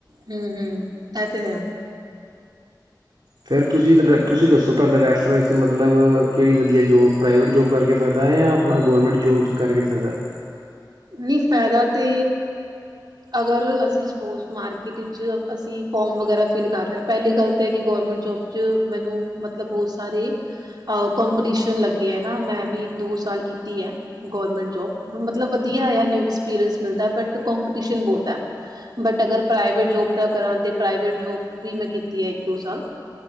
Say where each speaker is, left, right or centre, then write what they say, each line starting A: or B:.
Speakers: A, on the right (about 65°); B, on the right (about 80°).
A: ਹਮ- ਹਮ ਐ ਤੇ ਹੈ।
B: ਫੇਰ ਤੁਸੀ, ਤੁਸੀ ਦੱਸੋ ਤੋਆਡਾ ਰੈਫਰੈਂਸ ਮਤਲਬ ਕੇੜੀ ਵਦੀਆ ਜੋਬ ਪ੍ਰਾਈਵੇਟ ਜੋਬ ਕਰਕੇ ਫਾਯਦਾ ਏ ਯਾਂ ਅਪਨਾ ਗੌਰਮੈਂਟ ਜੋਬ 'ਚ ਕਾਰਕੇ ਫੈਦਾ ਐ।
A: ਨਈ ਫੈਦਾ ਤੇ ਅਗਰ ਅਸੀਂ ਸਪੋਸ ਮਾਰਕੀਟ ਵਿੱਚ ਅਸੀਂ ਫੋਮ ਵਗੈਰਾ ਫਿਲ ਕਰ ਰੇ ਪਹਿਲੀ ਗੱਲ ਤੇ ਕਿ ਗੌਰਮੈਂਟ ਜੋਬ 'ਚ ਮੈਨੂੰ ਮਤਲਬ ਬੋਤ ਸਾਰੇ ਅ ਕੋਮਪਟੀਸ਼ਨ ਲੱਗੇ ਐ ਨਾ ਮੈਂ ਵੀ ਦੋ ਸਾਲ ਕੀਤੀ ਐ। ਗੌਰਮੇਂਟ ਜੋਬ ਮੱਤਲਬ ਵਧੀਆ ਐ। ਨਿਊ ਐਕਸਪ੍ਰਿੰਸ ਮਿਲਦਾ ਏ ਬਟ ਕੋਮਪਟੀਸ਼ਨ ਬੋਤ ਐ। ਬਟ ਅਗਰ ਪ੍ਰਾਈਵੇਟ ਜੋਬ ਦਾ ਕਰਾਂ ਤੇ ਪ੍ਰਾਈਵੇਟ ਜੋਬ ਵੀ ਮੈਂ ਕੀਤੀ ਐ ਇੱਕ ਦੋ ਸਾਲ।